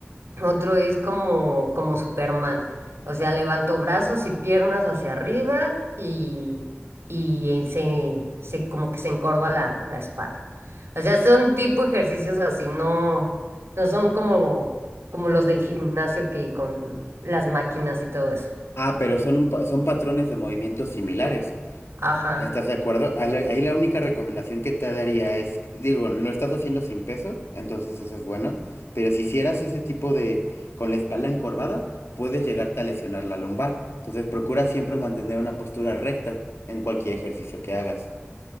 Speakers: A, on the right (about 80°); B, on the left (about 80°).
A: Otro es como, como Superman. O sea, levanto brazos y piernas hacia arriba y, y eh, se, se- como que se encorva la, la espalda. O sea, son tipo ejercicios así, no, no son como, como los del gimnasio que con las máquinas y todo eso.
B: Ah, pero son, un pa- son patrones de movimientos similares.
A: Ajá.
B: ¿Estás de acuerdo? A la- Ahí la única recomendación que te daría es, que- digo, lo estás haciendo sin peso, entonces eso es bueno, pero si hicieras ese tipo de, con la espalda encorvada, puedes llegarte a lesionar la lumbar. Entonces procura siempre mantener una postura recta en cualquier ejercicio que hagas.